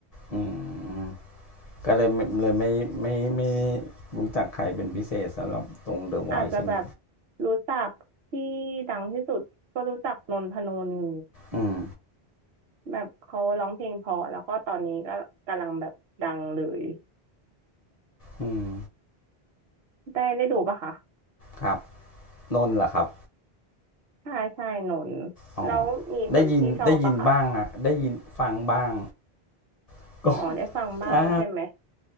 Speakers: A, on the left; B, on the right.
A: อืมก็เลยไม่เลยไม่ไม่ไม่รู้จักใครเป็นพิเศษสำหรับตรงเดอะวอยซ์ใช่ไหม
B: อาจจะแบบรู้จักที่ดังที่สุดก็รู้จักนนทนนท์
A: อืม
B: แบบเขาร้องเพลงเพอแล้วก็ตอนนี้ก็กำลังแบบดังเลย
A: อืม
B: ได้ได้ดูปะคะ
A: ครับนนท์เหรอครับ
B: ใช่ใช่หนน
A: อ๋อ
B: แล้วมีคนที่ชอบปะคะ
A: ได้ยินได้ยินบ้างอะได้ยินฟังบ้าง <laughs> ก็
B: อ๋อได้ฟังบ้างใช่ไหม
A: ถ้า